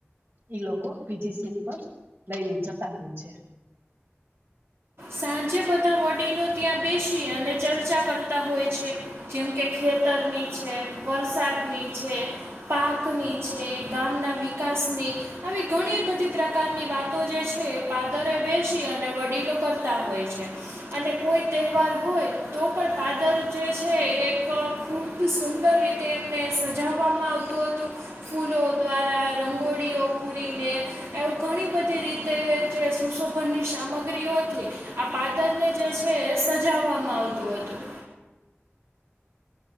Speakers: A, on the right; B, on the right.
A: ઈ લોકો, બીજી સિમ પર લઈને જતા હોય છે.
B: સાંજે બધા વડીલો ત્યાં બેસી, અને ચર્ચા કરતા હોય છે. જેમકે ખે ખેતરની છે, વરસાદની છે, પાકની છે, ગામના વિકાસની આવી ઘણી બધી પ્રકારની વાતો જે છે, એ પાદરે બેસી અને વડીલો કર તા હોય છે. અને કોઈ તહેવાર હોય, તો પણ પાદર જે છે, એક ખૂબ સુંદર રીતે એમને સજાવવામાં આવતું હતું, ફૂલો દ્વારા, રંગોળી ળીઓ પૂરીને, એવું ઘણી બધી રીતે જે સુશોભનની સામગ્રીઓથી આ પાદરને જે છે, સજાવવામાં આવતું હતું.